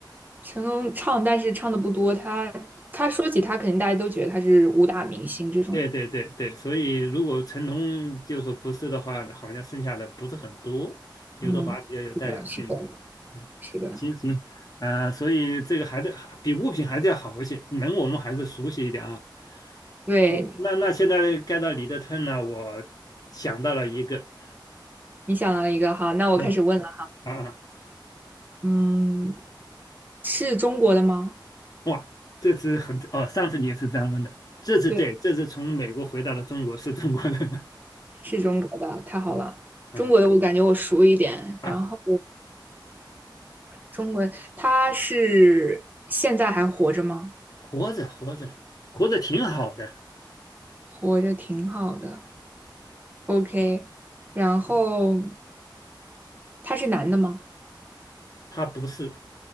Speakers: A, on the right (about 20°); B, on the left (about 50°).
A: 成龙唱，但是唱的不多。他他说起他，肯定大家都觉得他是武打明星这种。
B: 对对对对，所以如果成龙就说不是的话，好像剩下的不是很多。刘德华比较有代表性的，
A: 嗯，是的，是的，
B: 嗯，
A: 是的。
B: 行行，呃，所以这个还得还比物品还是要好一些，人我们还是熟悉一点啊。
A: 对，
B: 行那那现在该到你的 turn 了，我想到了一个，
A: 你想到了一个哈，那我开始问了。
B: 对啊。啊
A: 嗯，是中国的吗？
B: 哇，这次很哦，上次你也是这样问的，这次对，
A: 对，
B: 这次从美国回到了中国是中国人，
A: 是中国的，太好了。
B: <laughs> 对，嗯
A: 中国的我感觉我熟一点，
B: 啊，
A: 然后中文，他是现在还活着吗？
B: 活着活着活着挺好的，
A: 活着挺好的，OK。然后他是男的吗？
B: 他不是，